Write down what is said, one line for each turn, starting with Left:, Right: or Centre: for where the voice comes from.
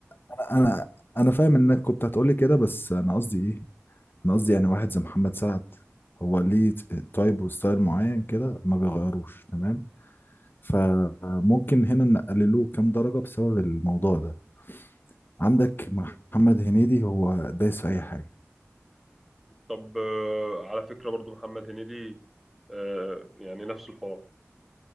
Left: انا انا انا فاهم انك كنت هتقولي كده بس انا قصدي ايه انا قصدي يعني واحد زي محمد سعد هو ليه تايب وستايل معين كده ما بيغيروش تمام فممكن هنا نقللوه كام درجة بسبب الموضوع ده عندك محمد هنيدي هو دايس في اي حاجة
Centre: طب آه، على فكره برضو محمد هنيدي آه، يعني نفس الحوار